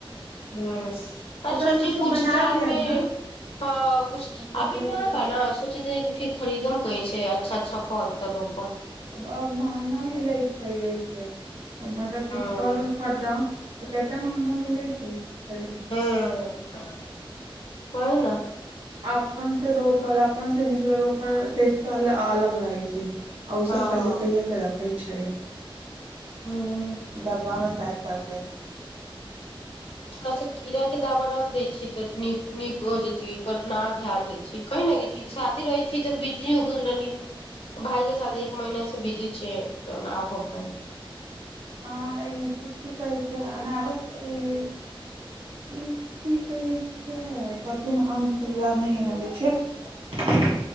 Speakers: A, on the left; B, on the right.
A: हु त
B: ओकरा
A: सोची
B: कुछो
A: कुछ
B: बना
A: दाल
B: देब
A: मे
B: ने
A: हाँ कुछ
B: चॉकलेट
A: अभी न
B: उकलेट
A: बा न सोचे तानी की कुछ फिर खरीदम कैसे अच्छा अच्छा फल तऽ रोपब
B: आब महँगा मिलैत छै एहिसे मतलब की
A: हँ
B: फल उल खरदम तऽ कते महँगा मिलै छै खरीदे
A: हँ कहु ना
B: अपन से रोपल अपन से निकलल ओकर टेस्ट अलग रहै छै आ उ
A: हँ
B: सब कहिया कहिया के रखै छै
A: हूँ
B: डब्बा मे पैक कै के
A: थोड़ा सा कीड़ा के दावा रख दैय छी तऽ नीक नीक हो जेते पर ना ध्यान देय छी कैही न एगे चीज शादी रहै छी तऽ बीजी हो गेल रहली भाइ के साथ एक महिने से बिजी छिये तऽ आ करनियो
B: आ ई की कहै छै अनारस ई इ की कहै कथीमे आम सु य नहि आबै छै